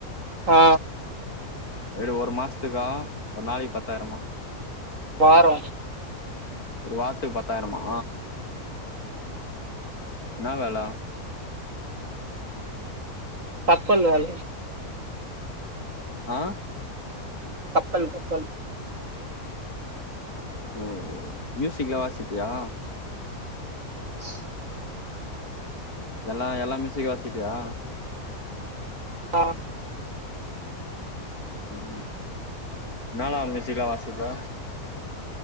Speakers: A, on the right (about 55°); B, on the left (about 75°).
A: ஆ
B: எடு ஒரு மாசத்துக்கா ஒரு நாளைக் பத்தாயிரமா
A: வாரொ
B: ஒரு வாரத்துக் பத்தாயிரமா இன்னா வேல
A: கப்பல் வேல
B: ஆ
A: கப்பல் கப்பல்
B: ஓ மியூசிக்லா வாசிப்பியா
A: ஆ
B: எல்லா எல்லா மியூசிக் வாசிப்பியா
A: ஆ
B: ம் என்னாலா மியூசிக்லா வாசிப்ப